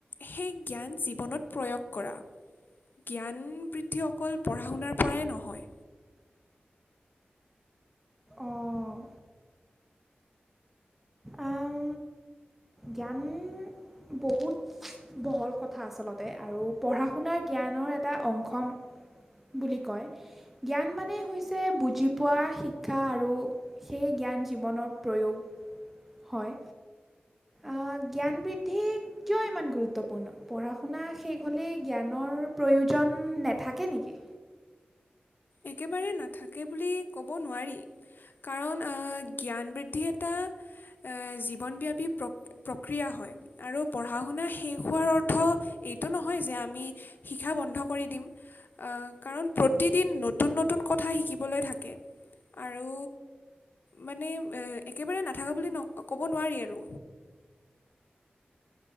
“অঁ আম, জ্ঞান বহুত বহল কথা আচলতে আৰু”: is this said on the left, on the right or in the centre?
Centre